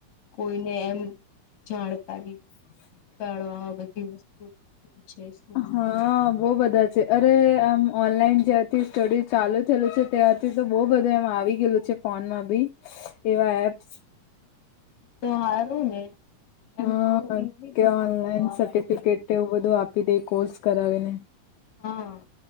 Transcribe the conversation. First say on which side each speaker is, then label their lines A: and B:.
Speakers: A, on the left (about 60°); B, on the left (about 80°).
A: કોઈને એમ જાણ કારી
B: હ
A: કળવામાં બધી વસ્તુ ઈ શું છે શું
B: હા
A: ની.
B: બહુ બધાં છે. અરે આમ ઓનલાઈન જ્યારથી સ્ટડી ચાલુ થયેલું છે ત્યારથી તો બહુ બધું એમ આવી ગયેલું છે ફોનમાં બી એવા એપ્સ
A: તો હારું ને.
B: હહ
A: એમ થોડું ઈઝી
B: કે
A: પડે
B: ઓનલાઈન
A: ભણવા
B: સર્ટિફિકેટને
A: માટે
B: એવું બધું આપી દે કોર્સ કરાવીને.
A: હહ